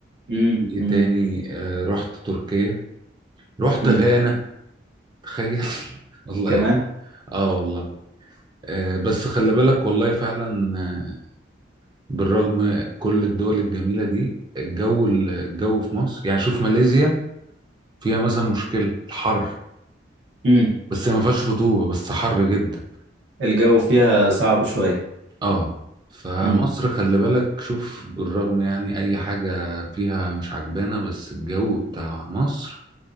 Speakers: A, on the right; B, on the right.
A: مم.
B: إيه
A: مم.
B: تاني آه، رحت تركيا رحت
A: مم.
B: غانا تخيل <laughs> الله
A: كمان
B: يك- اه والله آه، بس خلي بالك والله فعلا آه، بالرغم كل الدول الجميلة دي الجو الجو في مصر يعني شوف ماليزيا فيها مثلا مشكلة الحر
A: مم.
B: بس هي ما فيهاش رطوبة بس حر جدا
A: الجو فيها صعب شوية
B: اه فمصر
A: مم.
B: خلي بالك شوف بالرغم يعني اي حاجة فيها مش عجبانة بس الجو بتاع مصر